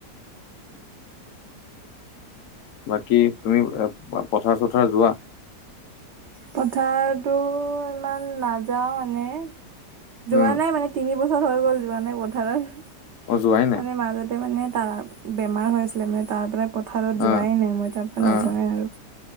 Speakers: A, on the right; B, on the left.
A: <inaudible>
B: বাকী তুমি পথাৰ-চথাৰ যোৱা?
A: পথাৰতো ইমান নাযাও মানে। যোৱা
B: উম
A: নাই মানে। তিনি বছৰ হৈ গ'ল যোৱা নাই পথাৰত।
B: অ যোৱাই নাই
A: মানে মাজতে মানে তাৰ বেমাৰ হৈ আছিলে মানে তাৰ পৰাই পথাৰত যোৱাই
B: অ
A: নাই মই, তাৰ পৰা
B: অ
A: নাযাৱে আৰু।